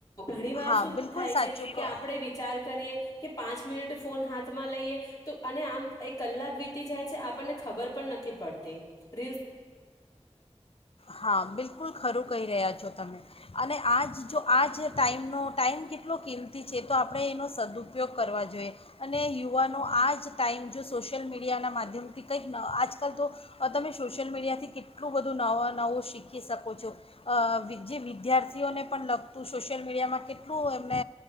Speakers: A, on the left; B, on the left.
A: ઘણી વાર
B: હા
A: શું
B: બિલકુલ
A: થાય
B: સાચું
A: છે, કે
B: કહો
A: આપણેે વિચાર કરીએ. પાંચ મિનિટ ફોન હાથમાં લઈએ, તો અને આમ એક કલાક વીતી જાય છે આપણને ખબર પણ નથી પડતી. તે
B: હા બિલકુલ ખરું કહી રહ્યા છો તમે. અને આજ જો આ જ ટાઈમનો ટાઈમ કેટલો કિંમતી છે. તો આપણે એનો સદઉપયોગ કરવા જોઈએ, અને યુવાનો આ જ ટાઈમ જો સોશિયલ મીડિયાના માધ્યમથી કંઈક આજકાલ તો, તમે સો સોશિયલ મીડિયાથી કેટલું બધું નવા નાવુ શીખ શકો છો, અ વી જે વિદ્યાર્થીઓને પણ લગતું સોશિયલ મીડિયામાં કેટલું એમને,